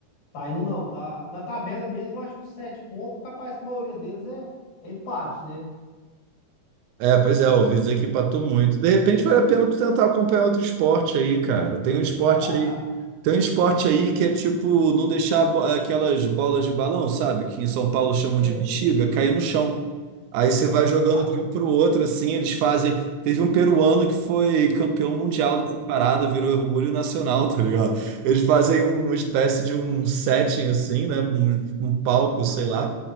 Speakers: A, on the left; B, on the right.
A: tá indo não, tá? Na tabela mesmo, acho que os sete pontos, capaz que a maioria deles é, é empate, né?
B: É, pois é, ouvi dizer que empatou muito. De repente vale a pena tu tentar acompanhar outro esporte aí, cara. Tem um esporte
A: Ah,
B: aí, tem um esporte aí que é tipo não deixar bo- aquelas bolas de balão, sabe? Que em São Paulo chamam
A: sei.
B: de bexiga, cair no chão. Aí você vai jogando
A: Ah,
B: de um pro outro assim, eles fazem. Teve um peruano que foi campeão mundial dessa parada, virou orgulho nacional, <laughs> tá ligado? Eles fazem um, uma espécie de um setting assim, né? Um, um palco, sei
A: aham,
B: lá.